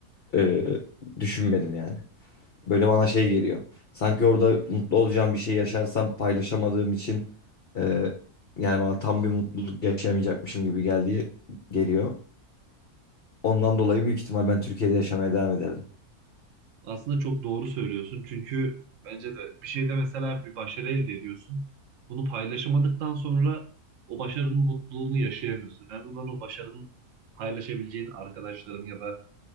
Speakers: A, on the left; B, on the right.
A: e, düşünmedim yani. Böyle bana şey geliyor. Sanki orada mutlu olacağım bir şey yaşarsam paylaşamadığım için e, yani bana tam bir mutluluk yaşayamayacakmışım gibi geldiği geliyor. Ondan dolayı büyük ihtimal ben Türkiye'de yaşamaya devam ederdim.
B: Aslında çok doğru söylüyorsun. Çünkü bence de bir şeyde mesela bir başarı elde ediyorsun. Bunu paylaşamadıktan sonra o başarının mutluluğunu yaşayamıyorsun. Önemli olan o başarının paylaşabileceğin arkadaşların ya da